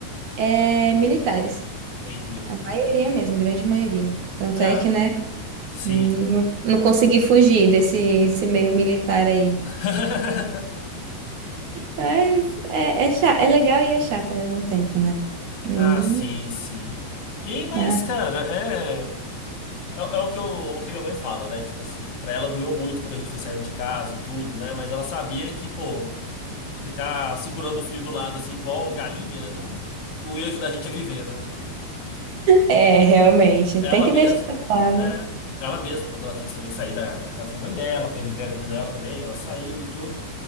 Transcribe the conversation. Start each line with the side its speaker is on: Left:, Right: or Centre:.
Right: é militares.
Left: Entendi.
Right: A maioria mesmo, grande maioria. Tanto
Left: Ah,
Right: é que, né,
Left: sim.
Right: não, não consegui fugir desse esse meio militar aí.
Left: <laughs>
Right: Mas é, é, cha- é legal e é chato ao mesmo tempo, né? E,
Left: Ah, sim, sim. E, mas,
Right: ah,
Left: cara, é, é, é o que eu- o que minha mãe fala, né? Tipo assim, pra ela doeu muito quando a gente foi saindo de casa e tudo, né? Mas ela sabia que, pô, ficar segurando o filho do lado, assim, igual galinha, não, não ia ajudar a gente a viver, né?
Right: é, realmente.
Left: Ela
Right: Tem que
Left: mesma,
Right: deixar lá, né?
Left: é, ela mesma, quando ela quis também sair da, da casa da mãe dela, para viver a vida dela também, ela saiu e tudo.